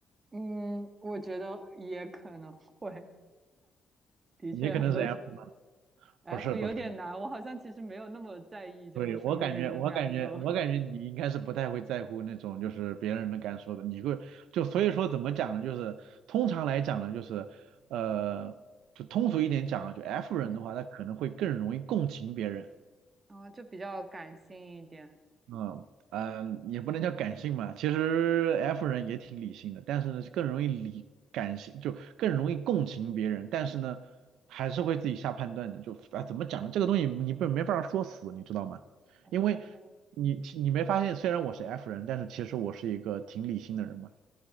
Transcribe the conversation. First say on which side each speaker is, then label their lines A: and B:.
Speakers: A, on the right; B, on the right.
A: 嗯，我觉得也可能会，的确很多
B: 你可能是 F，
A: F
B: 不是不是，
A: 有点难，我好像其实没有那么在意就我身边人的感受，
B: 对，我感觉我感觉我感觉你应该是不太会在乎那种就是别人的感受的，你会就所以说怎么讲呢？就是通常来讲呢，就是呃，就通俗一点讲啊，就 F
A: <laughs>
B: 人的话，
A: 嗯，
B: 他可能会更容易共情别人。
A: 然后就比较感性一点。
B: 嗯嗯，也不能叫感性吧，其实 F 人也挺理性的，但是呢，更容易理感性，就更容易共情别人，但是呢，还是会自己下判断的。就啊，怎么讲呢？这个东西你不没法说死，你知道吗？
A: 哦
B: 因为你你没发现，虽然我是 F 人，但是其实我是一个挺理性的人嘛。